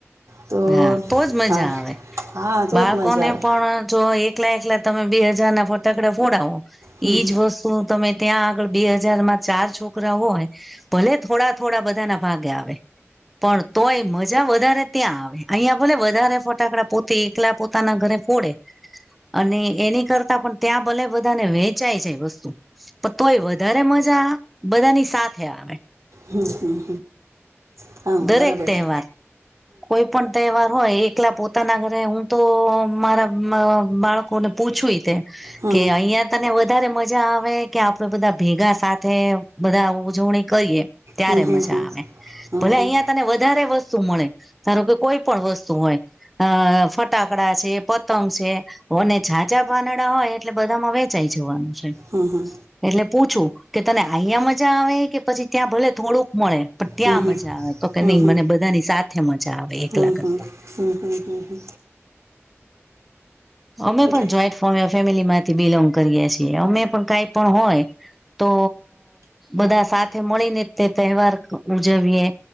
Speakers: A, on the right (about 85°); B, in the centre.
A: તો
B: હા તોજ મજા
A: હા
B: આવે
A: હા તો
B: બાળકોને
A: જ મજા આવે
B: પણ પણ જો એકલા એકલા તમે બે હજાર ના ફટાકડા ફોડાવો
A: હમ
B: ઈજ
A: હમ.
B: વસ્તુ તમે ત્યાં આગળ બે હજાર માં ચાર છોકરા હોય ભલે થોડા થોડા બધાના ભાગે આવે પણ તોય મજા વધારે ત્યાં આવે અહીંયાભલે વધારે ફટાકડા પોતે એકલા પોતાના ઘરે ફોડે અને એની કરતા પણ ત્યાં ભલે બધાને વેંચાય છે વસ્તુ પણ તોય વધારે મજા બધાની સાથે આવે.
A: હમ હમ હ. હા
B: દરેક
A: બરાબર
B: તહેવાર.
A: છે
B: કોઈ પણ તહેવાર હોય એકલા પોતાના ઘરે હું તો મારા બાળકો કોને પૂછ્યું તે
A: હમ
B: કે અહિયાંયા તને વધારે મજા આવે કે આપડે બધા ભેગા સાથે બધા ઉજવણી કરીએ ત્યારે
A: હમ હમ
B: મજા
A: હમ હમ
B: આવે ભલે
A: હમ હમ
B: અહિયાં તને વધારે વસ્તુ મળે. ધારો કે કોઈ પણ વસ્તુ હોય અ ફટ ફટાકડા છે પતંગ છે ઓને જાજા પાનડા હોય એટલે બધામાં વેચાઈ જવાનું છે.
A: હમ હમ
B: એટલે પૂછું કે તને અહીંયા મજા આવે કે પછી ત્યાં ભલે થોડુંક મળે. પણ ત્યાં
A: હમ હમ
B: મજા આવે તો કે નહીં
A: હમ હમ
B: મને બધાની સાથે મજા આવે એકલા
A: હમ
B: કરતા
A: હમ હમ હમ હમ હમ.
B: અમે
A: એટલે
B: પણ જોઈન્ટ ફેમિલી માંથી બિલોંગ કરીએ છીએ અમે પણ કાઈ પણ હોય. તો બધા સાથે મળીને તે તહેવાર ઉજવીએ.